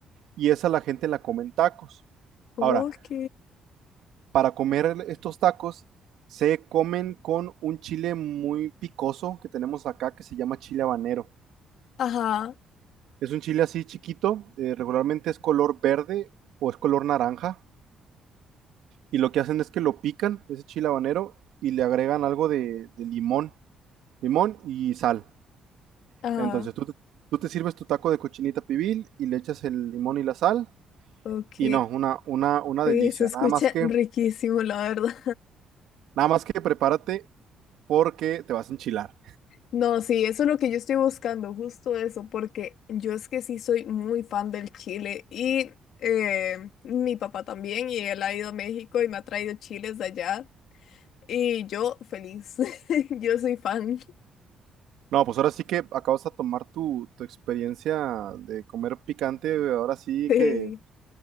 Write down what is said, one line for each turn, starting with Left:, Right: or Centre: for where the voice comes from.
Right: Y esa la gente la come en tacos.
Left: Ok.
Right: Ahora, para comer estos tacos, se comen con un chile muy picoso que tenemos acá que se llama chile habanero.
Left: Ajá,
Right: Es un chile así chiquito, eh, regularmente es color verde o es color naranja. Y lo que hacen es que lo pican, ese chile habanero, y le agregan algo de de limón limón y sal.
Left: ajá,
Right: Entonces tú, te- tú te sirves tu taco de cochinita pibil y le echas el limón y la sal.
Left: ok.
Right: Y no, una, una, una
Left: Sí,
Right: delicia.
Left: se escucha
Right: Nada más que,
Left: riquísimo, la verdad.
Right: nada más que prepárate porque te vas a enchilar.
Left: No, sí, eso es lo que yo estoy buscando, justo eso, porque yo es que sí soy muy fan del chile y eh, mi papá también, y él ha ido a México y me ha traído chiles de allá, y yo feliz, <laughs> yo soy fan. <laughs>
Right: No, pues ahora sí que acabas de tomar tu, tu experiencia de comer picante, ahora sí
Left: Sí.
Right: que,